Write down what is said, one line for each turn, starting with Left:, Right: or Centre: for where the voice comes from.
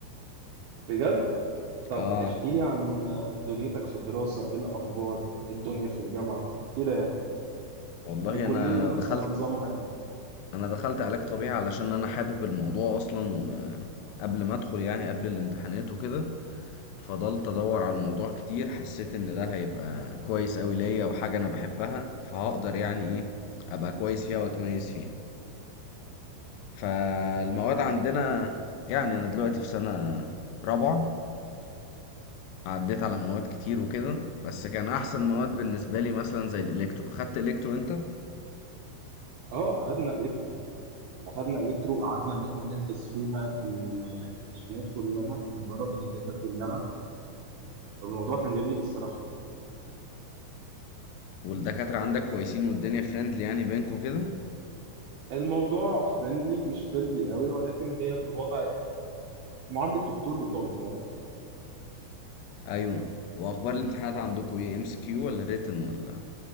Right: بجد طب
Left: اه
Right: احكي لي عن دنيتك في الدراسه ايه الاخبار ايه الدنيا في الجامعه كده يعني
Left: والله
Right: الكليه
Left: انا
Right: نفسها
Left: دخلت
Right: نظامها ايه
Left: انا دخلت علاج طبيعي علشان انا حابب الموضوع اصلا وقبل ما ادخل يعني قبل الامتحانات وكده فضلت ادور على الموضوع كتير حسيت ان ده هيبقى كويس قوي ليا وحاجة انا بحبها فهقدر يعني ايه ابقى كويس فيها واتميز فيها فالمواد عندنا يعني انا دلوقتي في سنة رابعة عديت على مواد كتير وكده بس كان احسن مواد بالنسبه لي مثلا زي الالكترو خدت الكترو انت
Right: اه اخدنا الكترو اخدنا الكترو وقعدنا ان احنا ندرس فيها ال- الحاجات كلها ونجرب الاجهزه كلها الموضوع كان جميل الصراحه
Left: والدكاتره عندك كويسين والدنيا فريندلي يعني بينكوا كده
Right: الموضوع فريندلي مش فريندلي قوي ولكن هي الوضع معامله دكتور وطالب فاهم
Left: ايوه واخبار الامتحانات عندكوا ايه ام سي كيو ولا ريتن ولا